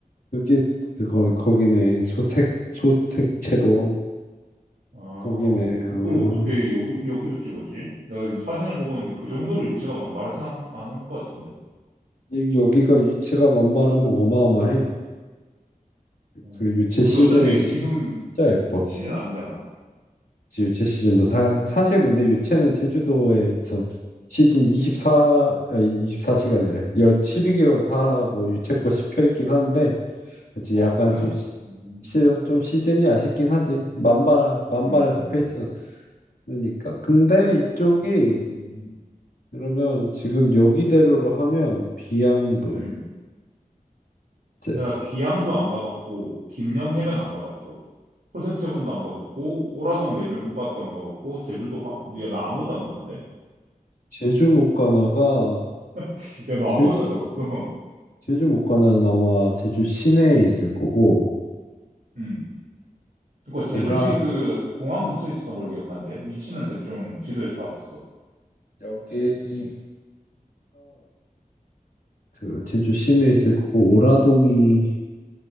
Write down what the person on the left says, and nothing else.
그게, 그거, 거기네. 소색, 소색채본.
거기네.
어.
이- 여기가 유채가 만발하면 어마어마해.
그 유채
시즌에
시-
진짜 예뻐.
이제 유채 시즌도 사, 사실 근데 유채는 제주도에서 시즌 24, 아, 이십사 시간이래1 십이 2개월 다 뭐 유채꽃이 펴 있긴 한데, 그치,
약간
좀, 시,
시- 좀 시즌이 아쉽긴 하지. 만발, 만발해서
펴있지 않으니까. 근데 이쪽이,
그러면 지금 여기대로로 하면 비양도,
이제
제주 못 가나가,
제주,
제주 못가는 아마 제주 시내에 있을 거고
오라
어.
여기가 그 제주 시내에 있을 거고 오라동이